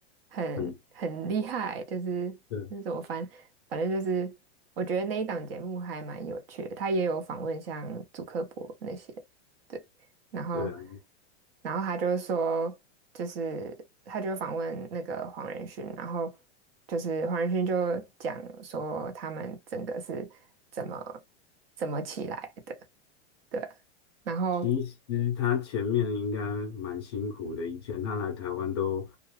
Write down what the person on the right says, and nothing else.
很很厉害，
就是那怎么翻，
反正就是我觉得那一档节目还蛮有趣的，他也有访问像祖克伯那些。对。然后，
然后他就说，就是他就访问那个黄仁勋，然后就是黄仁勋就讲说他们整个是怎么怎么起来的，对，然后。